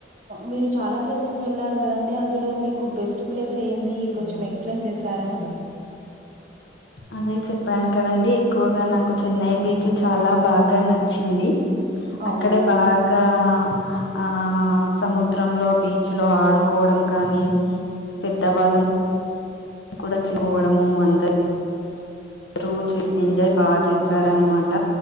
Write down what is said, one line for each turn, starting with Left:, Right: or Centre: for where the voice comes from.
Right: మీరు చాలా ప్లేసెస్ వెళ్లారు కదండి అందులో మీ మీకు బెస్ట్ ప్లేస్ ఏంది కొంచెం ఎక్స్ప్లెయిన్ చేస్తారా
Left: అదే చెప్పాను కదండి ఎక్కువగా నాకు చెన్నై బీచ్ చాలా బాగా నచ్చింది
Right: అవునా!
Left: అక్కడే బాగా ఆ సముద్రంలో బీచ్ లో ఆడుకోవడం కానీ పెద్దవాళ్ళం కూడా చికోవడము అందరు రూ చ ఎంజాయ్ బాగా చేసారూ అన్నమాట